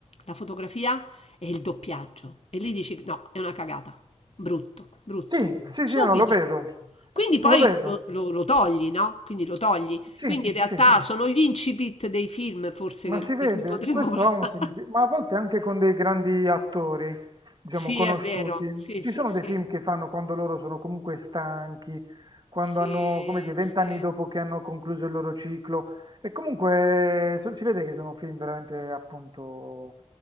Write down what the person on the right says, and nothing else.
Sì, sì,
sì, no, lo vedo.
Lo vedo.
Sì,
sì.
Ma
si vede,
questo
ha un
significato, ma a volte anche con dei grandi attori, diciamo,
conosciuti.
Ci
sono
dei film che fanno quando loro sono comunque stanchi, quando
hanno, come dire, vent'anni
dopo che hanno concluso il loro ciclo. E comunque so- si vede che sono film veramente, appunto,